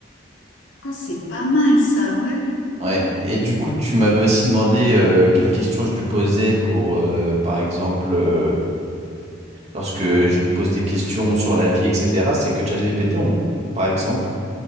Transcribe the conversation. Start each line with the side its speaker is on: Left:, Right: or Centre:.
Left: Ah, c'est pas mal ça, ouais.
Right: Ouais. Et du coup, tu m'avais aussi demandé euh, quelles questions je lui posais pour, euh, par exemple, euh, lorsque je lui pose des questions sur la vie, etc. C'est que ChatGPT, on, par exemple,